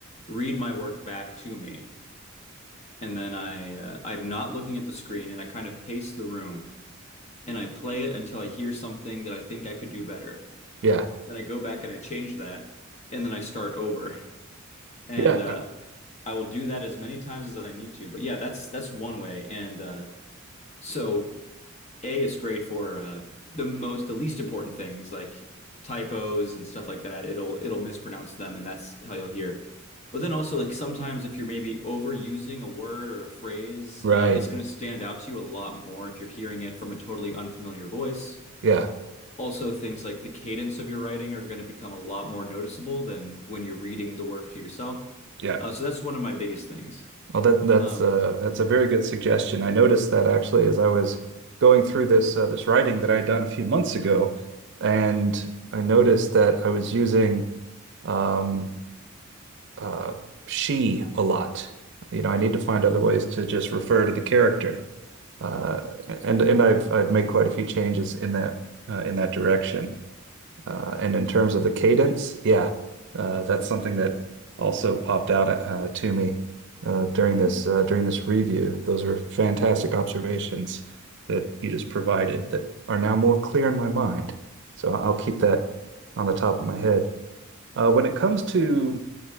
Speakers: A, on the left; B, on the right.
A: read my work back to me, and then I uh, I'm not looking at the screen, and I kind of pace the room and I play it until I hear something that I think I could do better.
B: Yeah.
A: Then I go back and I change that, and then I start over. <laughs> And
B: Yeah.
A: uh,
B: uh,
A: I will do that as many times as I need to. But yeah, that's that's one way. And uh, so A, it's great for uh, the most the least important things like typos and stuff like that. It'll it'll mispronounce them, and that's how you'll hear. But then also, like sometimes if you're maybe overusing a word or a phrase,
B: Right.
A: uh, it's going to stand out to you a lot more if you're hearing it from a totally unfamiliar voice.
B: Yeah.
A: also things like the cadence of your writing are going to become a lot more noticeable than when you're reading the work to yourself.
B: Yeah.
A: Uh, so that's one of my biggest things.
B: Well, that that's
A: Um,
B: uh that's a very good suggestion. I noticed that actually as I was going through this uh, this writing that I had done a few months ago, and I noticed that I was using um uh she a lot. You know, I need to find other ways to just refer to the character. uh, and and I've I've made quite a few changes in that uh, in that direction. Uh, and in terms of the cadence, yeah, uh, that's something that also popped out uh, to me uh, during
A: Mhm.
B: this uh, during this review. Those are fantastic observations that you just provided that are now more clear in my mind. So I'll keep that on the top of my head. Uh, when it comes to